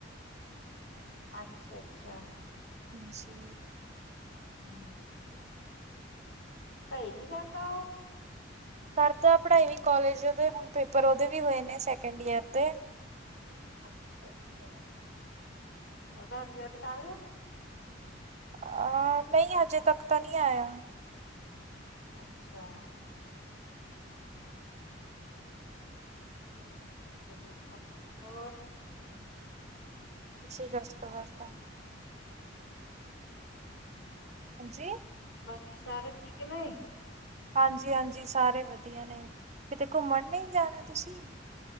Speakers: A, on the left (about 75°); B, on the right (about 35°).
A: ਅੱਛਾ-ਅੱਛਾ।
B: ਹਾਂਜੀ।
A: ਹਾਂ, ਪੜ੍ਹਾਈ ਨੀ ਕਰਦਾ, ਉਹ?
B: ਕਰਦਾ ਪੜ੍ਹਾਈ ਵੀ, ਕੌਲੇਜ ਓਹਦੇ, ਹੁਣ ਪੇਪਰ ਉਹਦੇ ਵੀ ਹੋਏ ਨੇ ਸੈਕਿੰਡ ਈਅਰ ਦੇ।
A: ਅੱਛਾ-ਅੱਛਾ, ਉਹਦਾ ਰਿਜਲਟ ਤਾਂ ਆਗਿਆ?
B: ਅ ਨਹੀਂ, ਹਜੇ ਤੱਕ ਤਾਂ ਨਹੀਂ ਆਇਆ।
A: ਅੱਛਾ। ਠੀਕ, ਹੋਰ?
B: ਤੁਸੀ ਦਸੋ, ਬਸਦਾ? ਹਾਂਜੀ?
A: ਬਾਕੀ ਸਾਰੇ ਠੀਕ ਨੇ?
B: ਹਾਂਜੀ-ਹਾਂਜੀ, ਸਾਰੇ ਵਧੀਆ ਨੇ। ਕਿਤੇ, ਘੁੰਮਣ ਨਹੀਂ ਜਾਣਾ ਤੁਸੀਂ?